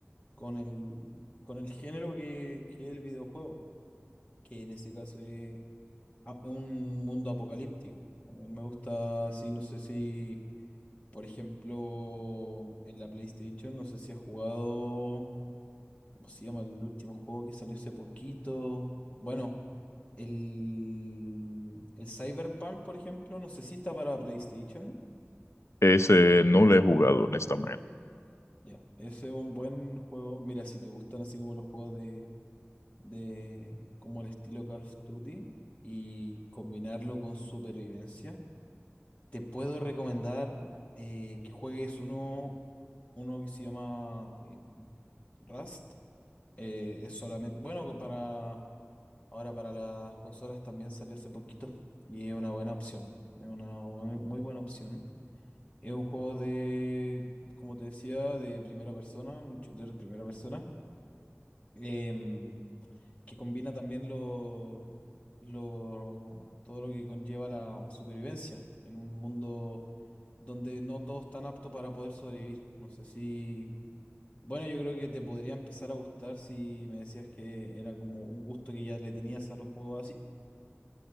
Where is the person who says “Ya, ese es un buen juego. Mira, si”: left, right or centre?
Left